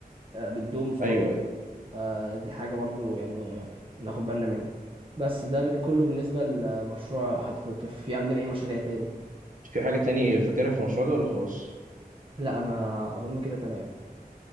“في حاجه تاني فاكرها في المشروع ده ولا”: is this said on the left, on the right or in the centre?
Right